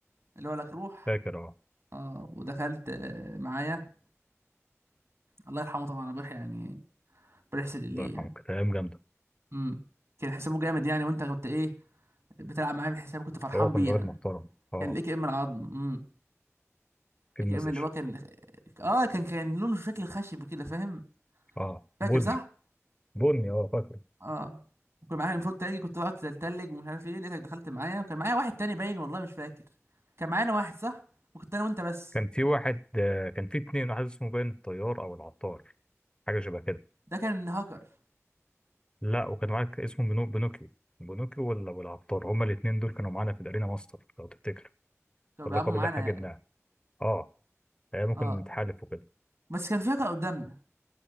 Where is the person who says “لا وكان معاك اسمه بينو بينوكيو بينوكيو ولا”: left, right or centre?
Left